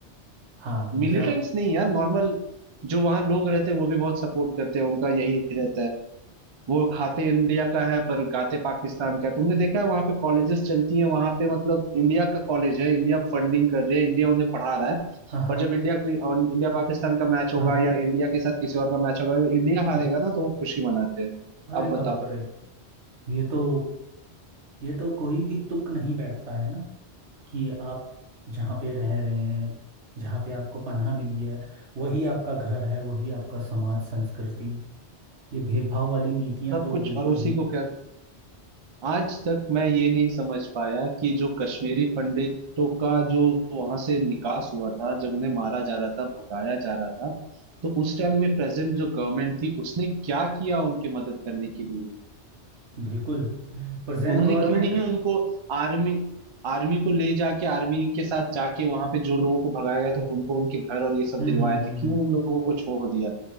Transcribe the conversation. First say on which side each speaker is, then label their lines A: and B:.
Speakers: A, on the right; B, on the right.
A: हाँ
B: मिलिटेंट्स
A: ये आप
B: नहीं यार नॉर्मल जो वहाँ लोग रहते हैं वो भी बहुत सपोर्ट करते हैं उनका यही रहता है वो खाते इंडिया का है पर गाते पाकिस्तान का है तुमने देखा है वहां पे कॉलेजेस चलती हैं वहां पे मतलब इंडिया का कॉलेज है इंडिया फंडिंग कर रही है इंडिया उन्हें पढ़ा रहा है
A: हाँ
B: पर
A: हाँ
B: जब इंडिया और इंडिया पाकिस्तान का मैच होगा
A: हाँ हाँ
B: या इंडिया के साथ किसी और का मैच होगा इंडिया हारेगा
A: हम्म,
B: ना तो वो खुशी मनाते हैं
A: अरे
B: अब
A: बाप
B: बताओ
A: रे ये तो ये तो कोई भी तुक नहीं बैठता है ना कि आप जहाँ पे रह रहे हैं जहाँ पे आपको पनाह मिल गया है वही आपका घर है वही आपका समाज संस्कृति ये भेदभाव वाली नीतियाँ
B: सब
A: तो
B: कुछ
A: बिल्कुल
B: और उसी
A: भी
B: को क्या आज तक मैं ये नहीं समझ पाया कि जो कश्मीरी पंडितों का जो वहां से निकास हुआ था जब उन्हें मारा जा रहा था भगाया जा रहा था तो उस टाइम में प्रेजेंट जो गवर्नमेंट थी उसने क्या किया उनकी मदद करने के लिए
A: बिल्कुल Present
B: उन्होंने
A: government
B: क्यों नहीं उनको आर्मी आर्मी को ले जाके आर्मी के साथ जाके वहां पे जो लोगों को भगाया गया था उनको उनके घर और ये सब
A: हम्म
B: दिलवाए
A: हम्म हम्म
B: थे क्यों
A: हम्म
B: उन लोगों को छोड़ दिया